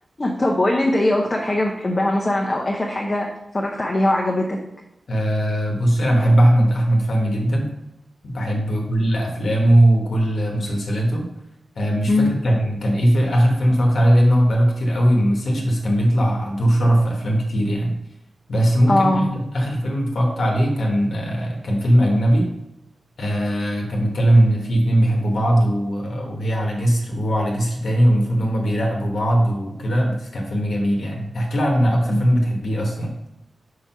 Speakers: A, on the left; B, on the left.
A: طب قول لي انت ايه اكتر حاجة بتحبها مثلا او اخر حاجة اتفرجت عليها وعجبتك
B: أه بص انا بحب احمد احمد فهمي جدا بحب كل افلامه وكل مسلسلاته آه، مش
A: امم
B: فاكر كان كان ايه في اخر فيلم اتفرجت عليه لان هو بقاله كتير قوي ما مثلش بس كان بيطلع دور شرف في افلام كتير يعني بس ممكن
A: اه
B: اخر آخر فيلم اتفرجت عليه كان آه، كان فيلم اجنبي آه، كان بيتكلم ان في اتنين بيحبوا بعض و- وهي على جسر وهو على جسر تاني والمفروض ان هما بيراقبوا بعض وكده بس كان فيلم جميل يعني احكي لي عن اكتر
A: مم.
B: فيلم بتحبيه اصلا